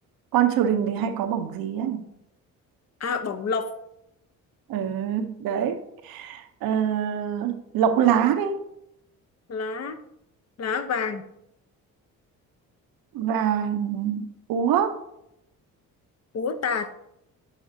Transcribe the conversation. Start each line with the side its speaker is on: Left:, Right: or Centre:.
Right: con triều đình thì hay có bổng gì ấy
Left: À, bỏng lộc.
Right: ừ, đấy Ờ, lộc lá đấy
Left: Lá. Lá vàng.
Right: vàng úa
Left: Úa tạt.